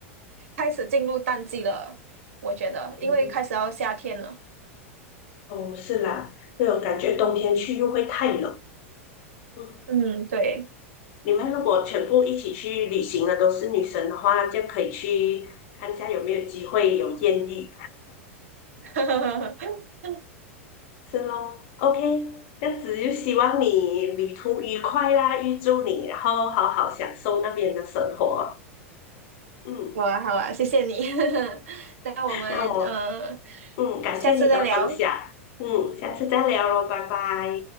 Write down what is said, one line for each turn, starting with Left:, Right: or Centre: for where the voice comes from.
Right: 开始进入淡季了，我觉得，
Left: 嗯，
Right: 因为开始要夏天了。
Left: 哦，是啦，对哦，我感觉冬天去又会太冷。嗯，
Right: 嗯，对。
Left: 你们如果全部一起去旅行的都是女生的话，就可以去看一下有没有机会有艳遇。
Right: <laughs>
Left: 是咯，OK，这样子就希望你旅途愉快啦，预祝你，然后好好享受那边的生活。嗯，
Right: 好啊，好啊，谢谢你。<laughs> 那我们呃
Left: 那我嗯感谢你的分享，
Right: 下次再聊。
Left: 嗯，下次再聊喽，拜拜。